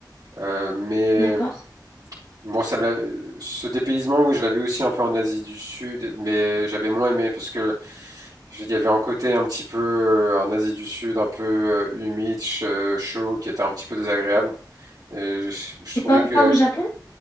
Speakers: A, on the right; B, on the left.
A: Euh, mais
B: D'accord.
A: bon, ça me l'a- ce dépaysement, oui, je l'avais aussi un peu en Asie du Sud, mais j'avais moins aimé parce que Je veux dire, il y avait un côté un petit peu euh, en Asie du Sud, un peu euh, humide, ch- euh, chaud, qui était un petit peu désagréable. Et je, je trouvais
B: Et pas,
A: que
B: pas au Japon?